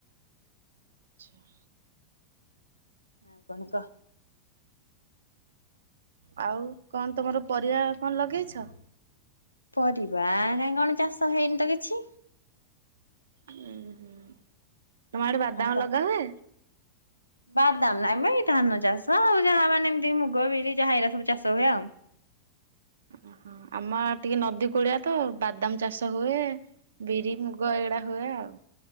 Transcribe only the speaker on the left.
ଆଉ କଣ କ?
ପରିବା କାହିଁ କଣ ଚାଷ ହେଇନି ତ କିଛି
ଆଉ ତ
ବାଦାମ ନାଇଁ ମ ଏଇ ଧାନ ଚାଷ ଆଉ ଯାହା ମାନେ ଏମିତି ମୁଗ, ବିରି ଯାହାଏଇରା ସବୁ ଚାଷ ହୁଏ ଆଉ।